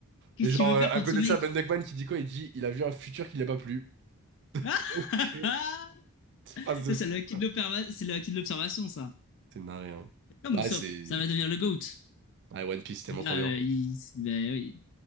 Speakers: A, on the left (about 55°); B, on the right (about 50°).
A: qu'est-ce
B: Et genre,
A: que tu veux
B: euh,
A: faire
B: à
A: contre
B: côté
A: ce mec
B: de ça, Ben Duckman qui dit quoi? Il dit il a vu un futur qui n'a pas plu.
A: Ah
B: Ok.
A: <laughs>
B: Cette phrase de
A: Ça, c'est
B: fou,
A: le acquis
B: frère.
A: de l'observa- c'est le acquis de l'observation, ça.
B: C'est narré, hein.
A: Comme
B: Ah,
A: Usopp,
B: c'est.
A: ça va devenir le GOAT.
B: Ah, One Piece, c'est tellement
A: Et là,
B: trop bien.
A: euh, il... ben oui.